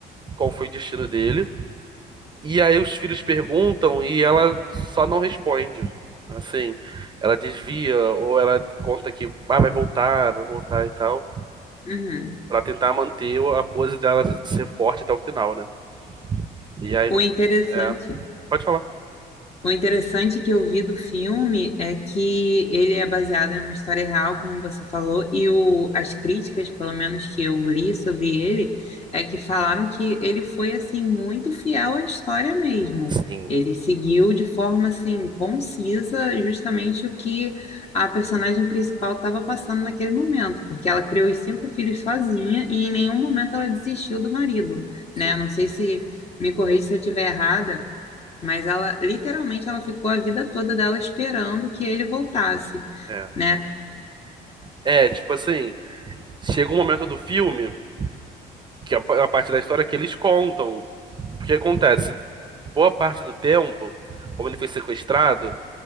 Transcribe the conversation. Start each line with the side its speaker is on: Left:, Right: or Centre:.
Right: qual foi o destino dele. E aí os filhos perguntam e ela só não responde. Assim, ela desvia ou ela conta que ah, vai voltar, vai voltar e tal,
Left: uhum.
Right: pra tentar manter a pose dela ser forte até o final, né? E aí
Left: O
Right: no.
Left: interessante.
Right: É. Pode falar.
Left: O interessante que eu vi do filme é que ele é baseado em uma história real, como você falou, e o, as críticas, pelo menos que eu li sobre ele, é que falaram que ele foi assim muito fiel à história mesmo.
Right: Sim,
Left: Ele seguiu de forma assim concisa justamente o que a personagem principal estava passando naquele momento, porque ela criou os cinco filhos sozinha e em nenhum momento ela desistiu do marido,
Right: sim.
Left: né? Não sei se me corrija se eu estiver errada mas ela, literalmente, ela ficou a vida toda dela esperando que ele voltasse,
Right: É.
Left: né?
Right: É, tipo assim, chega um momento do filme, que é uma parte da história que eles contam. O que acontece? Boa parte do tempo, como ele foi sequestrado,